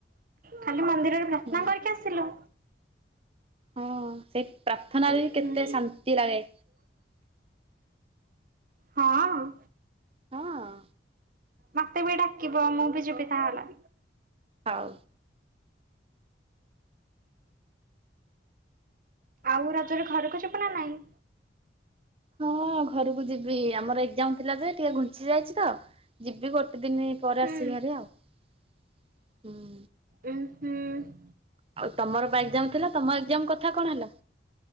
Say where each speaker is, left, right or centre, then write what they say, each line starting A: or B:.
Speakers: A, on the right; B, on the right.
A: ଖାଲି ମନ୍ଦିରରେ ପ୍ରାର୍ଥନା
B: ହୁଁ
A: କରିକି ଆସିଲୁ।
B: ହଁ ସେଇ ପ୍ରାର୍ଥନାରେ
A: ହୁଁ
B: ବି କେତେ ଶାନ୍ତି ଲାଗେ।
A: ହଁ।
B: ହଁ ଅ
A: ମତେ ବି ଡାକିବ ମୁଁ ବି ଯିବିତାହେଲେ।
B: ହଉ।
A: ଆଉ ରଜରେ ଘରକୁ ଯିବୁ ନା ନାଇଁ।
B: ହଁ ଘରକୁ ଯିବି ଆମର ଏଜାମ ଥିଲା ଯେ ଟିକେ ଘୁଞ୍ଚି ଯାଇଛି ତ ଯିବି ଗୋଟେ ଦିନ ପରେ
A: ହୁଁ।
B: ଆସିବାରେ ଆଉ ହୁଁ।
A: ଏ ସେି <inaudible>
B: ଆଉ ତମର ପା ଏକ୍ଜାମ ଥିଲା ତମ ଏକ୍ଜାମ କଥା କଣ ହେଲା।